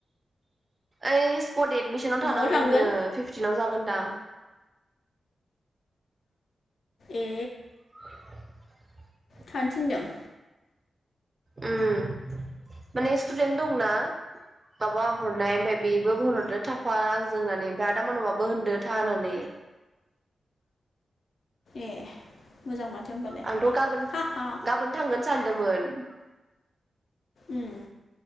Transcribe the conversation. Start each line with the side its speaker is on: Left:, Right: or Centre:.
Right: ओइ स पट एदमिसनाव
Left: न'आव
Right: थानांगौनो
Left: थांगोन
Right: फिफ्टिनाव जाग गोनदां।
Left: ए
Right: <inaudible>
Left: थांनो थिनदों?
Right: उम माने स्टुदेन्ट दंना माबा हरनाय ओमफाय बेबो होनहरदो थाफा आंजों होननानै ओमफाय आदा मानबाबो होनदो था होननानै। <inaudible>
Left: ए। मोजां माथो होमबालाय
Right: आंथ' गाबोन
Left: हा हा
Right: गाबोन थांगोन सानदोंमोन। <inaudible>
Left: उम